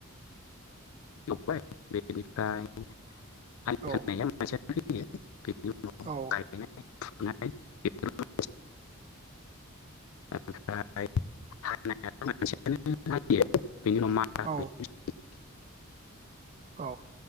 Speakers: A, on the left; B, on the right.
A: <unintelligible>
B: औ औ
A: गायनाय फुनाय बेफोर ओमफ्राय <unintelligible>
B: औ
A: <unintelligible>
B: औ